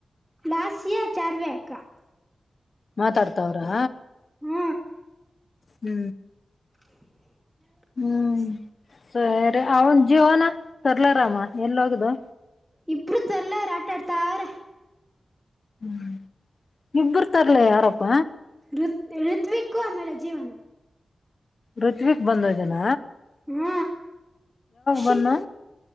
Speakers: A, in the centre; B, on the left (about 50°).
A: ಲಾಾಸಿಯಾ ಚಾರ್ವೆ ಅಕ್ಕಾ
B: ಮಾತಾಡ್ತಾವ್ರಾ
A: ಹ್ಮ
B: ಹ್ಮ್
A: <inaudible>
B: ಹ್ಮ್ ಸರಿ ಅವನ್ ಜೀವನ ಸರ್ಲಾರಾಮ ಎಲ್ಲ ಹೋಗದು
A: ಇಬ್ರು ಸರ್ಲರ ಆಟಾಡ್ತಾರ
B: ಹ್ಮ್ ಇಬ್ಬರು ತಾರ್ಲ್ಲ ಯಾರಪ್ಪ
A: ಋತ್ ಋತ್ವಿಕ್ಕೂ ಆಮೇಲೆ ಜೀವನು
B: ರುತ್ವಿಕ್ ಬಂದವ ಜನ
A: ಹ್ಮ ಶಿ
B: ಬನ್ನು